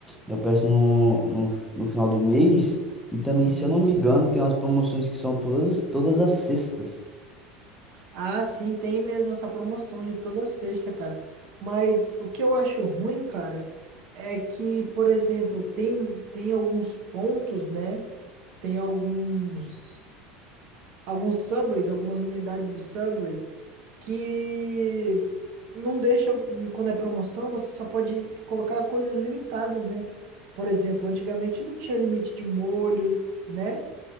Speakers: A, in the centre; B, on the right.
A: eu peço no, no, no final do mês. E também,
B: Sim,
A: se eu não me
B: sim.
A: engano, tem umas promoções que são todas, todas as sextas.
B: Ah, sim, tem mesmo essa promoção de toda sexta, cara. Mas o que eu acho ruim, cara, é que, por exemplo, tem, tem alguns pontos, né? Tem alguns, alguns subways, algumas unidades do subway que não deixa, quando é promoção, você só pode colocar coisas limitadas, né? Por exemplo, antigamente não tinha limite de molho, né?